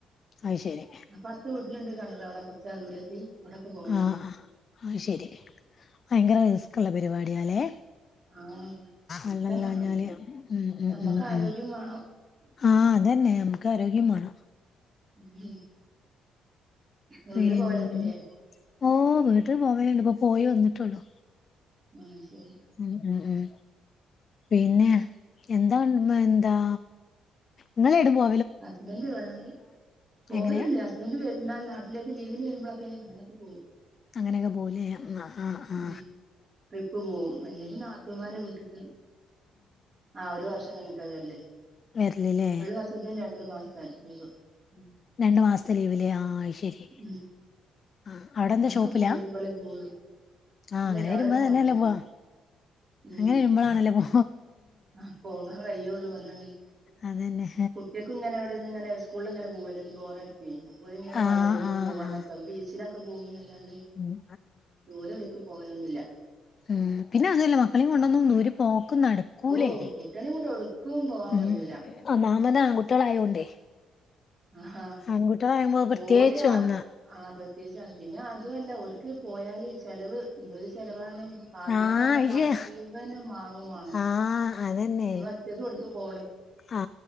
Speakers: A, on the left; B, on the right.
A: അത് ശരി
B: അപ്പൊ അടുത്ത ലണ്ട് കണ്ടത് അവിടെ കൊറച്ച ദൂരത്തി അവിടെക്കെ പോലാന്ന്
A: ആഹ് ആഹ് അത് ശരി ഭയങ്കര റിസ്ക്ള്ള പരിപാടിയാല്ലേ
B: ആഹ് റിസ്കന്നാണ്
A: അല്ലല്ല
B: അതൊക്കെ
A: ഞാല് ഉ ഉ
B: നമ്മക്ക്
A: ഉ
B: ആരോഗ്യം
A: ഉ
B: വേണം
A: ആ അതെ പിന്നെ നമുക്ക് ആരോഗ്യം മാണം
B: ഉം വീട്ട്
A: പിന്ന
B: പോവലൊക്കെല്ലേ
A: ഓ വീട്ടിൽ പോവാനുണ്ട് ഇപ്പൊ പോയി വന്നിട്ടുള്ളു
B: ആഹ് ശരി
A: ഉ ഉം ഉം പിന്നെ എന്താ മ്മ ന്താ ങ്ങളെ ടുമ്പോ
B: ഹസ്ബൻവിടെ പോവല്ണ്ട്
A: എങ്ങനെ
B: ഹസ്ബൻഡ എന്നാ നാട്ടിലേക്ക് ലീവിന് വരുമ്പോക്കെ അങ്ങനൊക്കെ പോവും
A: അങ്ങനെയൊക്കെ പോവു ലെ ആ ആആ
B: ഉം ട്രിപ്പ് പോവും അല്ലെങ്കി നാത്തൂമാരെ വീട്ടിക്ക് ആ ഒരു വർഷം കഴി ട്ട വരല്
A: വരല് ലേ
B: ഒരു വർഷത്തിന് രണ്ടു മാസം ലീവ് ഉം
A: രണ്ടു മാസത്തെ ലീവല്ലേ ആ ശരി
B: ഉം
A: ആ അവിടെ
B: അങ്ങനൊക്കെ
A: എന്താ ഷോപ്പിലാ
B: പോ വരുമ്പോളേ പോവുള്ളൂ
A: ആ
B: ഇല്ലല്ല
A: അങ്ങനെ വരുമ്പോ
B: അവിടെ ഒരു ഹോട്ടലാണ്
A: തന്നെയല്ലേ പോവാ
B: ഉം
A: അങ്ങനെ വരുമ്പോഴാണല്ലേ പോ
B: ആ പോവാൻ കയിയുള്ളു അതാണ്
A: അതന്നെ
B: കുട്ട്യാക്കും ഇങ്ങനെ എവിടെന്ന് ഇങ്ങനെ സ്കൂളിങ്ങനെ പോല്ലന്ന് ബോറടിക്ക് അപ്പോ ഇങ്ങനെ
A: ആ
B: പറയും
A: ആ
B: പോവാക്ക
A: ആ
B: ബീച്ച്ലൊക്കെ പോക് കൊ
A: ഉം.
B: ദൂരം എടക്കു പോവലൊന്നില്ല
A: ഉ പിന്നെ അതല്ല മക്കളെയും കൊണ്ടന്നും ദൂരം നടക്കൂലനെ
B: ഓ കുട്ടികളെയും കൊണ്ട് എവിടുക്കും പോവാൻ
A: മ്
B: കഴിയൂല
A: ആ മാ അമ്മതാ ആൺകുട്ടികളായോണ്ടേ
B: ആഹാ
A: ആൺകുട്ടികളാകുമ്പോ പ്രത്യേകിച്ച്
B: ഓര്
A: ഒന്നാ
B: ആ പ്രത്യേകിച്ചാണ് പിന്നെ അതുവല്ല ഒര്ക്ക് പോയാല് ചെലവ് എന്തൊരു ചെലവാണ് കണ്ണ്
A: ആ
B: കാണ സാധനം
A: ഇയ്യ്
B: മുഴുവനും വാങ്ങും വേണം
A: ആ അതന്നെ
B: നമ്മൾ ഒറ്റക്കും പോ
A: ആ